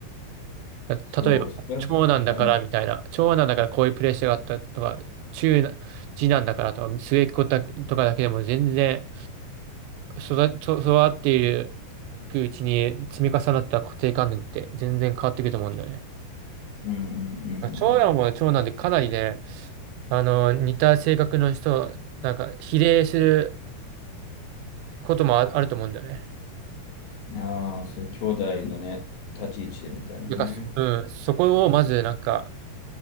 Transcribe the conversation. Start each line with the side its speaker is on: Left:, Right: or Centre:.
Right: だ例えば、
Left: そう、それはある。
Right: 長男だからみたいな、長男だからこういうプレッシャーがあったとか、中な、次男だからとか、末っ子だとかだけでも全然育、育育っていくうちに積み重なった固定観念って全然変わってくると思うんだよね。
Left: うん、うん、う
Right: 長男も長男でかなりね、
Left: ん、
Right: あの、似た性格の人、なんか、比例することもあ、あると思うんだよね。
Left: うん。ああ、それ、兄弟のね、立ち位置でみたいなね。
Right: だから、うん、そこをまず、なんか、